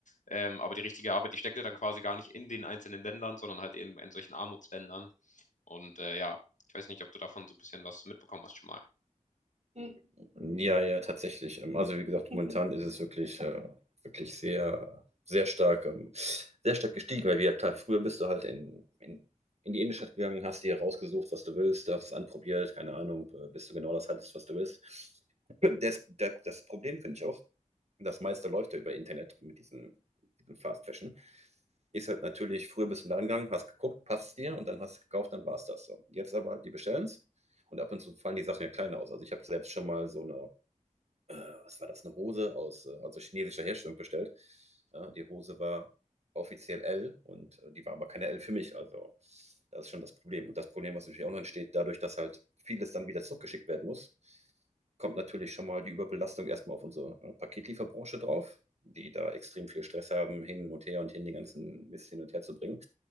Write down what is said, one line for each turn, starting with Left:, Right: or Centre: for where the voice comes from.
Left: Ähm, aber die richtige Arbeit, die steckt ja dann quasi gar nicht in den einzelnen Ländern, sondern halt eben in solchen Armutsländern. Und äh, ja, ich weiß nicht, ob du davon so ein bisschen was mitbekommen hast schon mal.
Right: Mhm. Ja, ja, tatsächlich. Ähm, also, wie gesagt, momentan ist es wirklich, äh, wirklich sehr, sehr stark, ähm, sehr stark gestiegen, weil, wie ja klar, früher bist du halt in, in, in die Innenstadt gegangen, hast dir rausgesucht, was du willst, hast es anprobiert, keine Ahnung, äh, bis du genau das hattest, was du willst. <laughs> Das, das, das Problem finde ich auch, das meiste läuft ja über Internet mit diesem, diesem Fast Fashion. Ist halt natürlich, früher bist du da gegangen, hast geguckt, passt dir und dann hast du gekauft, dann war es das so. Jetzt aber, die bestellen es und ab und zu fallen die Sachen ja kleiner aus. Also ich habe selbst schon mal so eine äh, was war das, eine Hose aus, äh, also chinesischer Herstellung bestellt. Äh, die Hose war offiziell L und äh, die war aber keine L für mich. Also das ist schon das Problem. Und das Problem, was natürlich auch noch entsteht, dadurch, dass halt vieles dann wieder zurückgeschickt werden muss, kommt natürlich schon mal die Überbelastung erstmal auf unsere äh, Paketlieferbranche drauf, die da extrem viel Stress haben, hin und her und hin den ganzen Mist hin und her zu bringen.